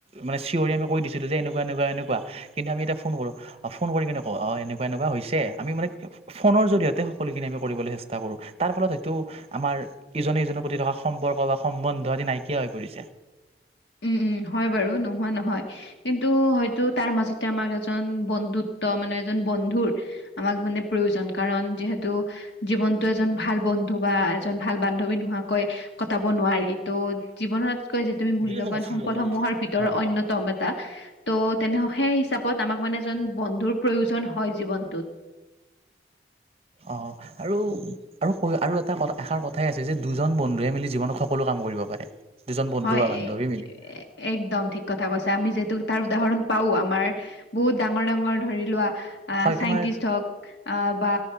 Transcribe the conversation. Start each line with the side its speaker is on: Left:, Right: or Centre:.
Right: মানে চিঞৰি আমি কৈ দিছিলো। যে এনেকুৱা, এনেকুৱা, এনেকুৱা। কিন্তু আমি এতিয়া ফোন কৰো। ফোন কৰি কেনেকুৱা অ, এনেকুৱা, এনেকুৱা হৈছে। আমি মানে ফোনৰ জৰিয়তে সকলোখিনি আমি কৰিবলৈ চেষ্টা কৰো। তাৰ ফলত আমাৰ ইজনে-সিজনৰ প্ৰতি থকা সম্পৰ্ক বা সম্বন্ধ নাইকিয়া হৈ পৰিছে।
Left: উম, উম, হয় বাৰু নোহোৱা নহয়। কিন্তু হয়তো, তাৰ মাজতে আমাক এজন বন্ধুত্ব মানে, এজন বন্ধুৰ আমাক মানে প্ৰয়োজন। কাৰণ যিহেতু জীৱনটো এজন ভাল বন্ধু বা বান্ধৱী নোহোৱাকৈ কটাব নোৱাৰি। জীৱনতকৈ তুমি মূল্য
Right: এই মই কৈছিলোঁ
Left: সম্পদসমূহৰ
Right: আৰু এক্সট্ৰা।
Left: ভিতৰত
Right: অ',
Left: অন্যতম এটা, তো এনে সেই হিচাপত আমাক মানে যোন ব ন্ধুৰ প্ৰয়োজন হয় জীৱনটোত।
Right: অহ আৰু আৰু ক আৰু এটা এষাৰ কথাই আছে যে দুজন বন্ধুৱে মিলি জীৱনত সকলো কাম কৰিব পাৰে। দুজন বন্ধু
Left: হয়
Right: বা
Left: এ-
Right: বান্ধৱী মিলি।
Left: এ- একদম ঠিক কথা কৈছা আমি যিহেতু তাৰ উদাহৰণ পাও আমাৰ বহুত ডাঙৰ ডাঙৰ ধৰি লোৱা আ
Right: হয়
Left: চাইন্টিষ্ট
Right: তোমাৰ
Left: হওক আ বা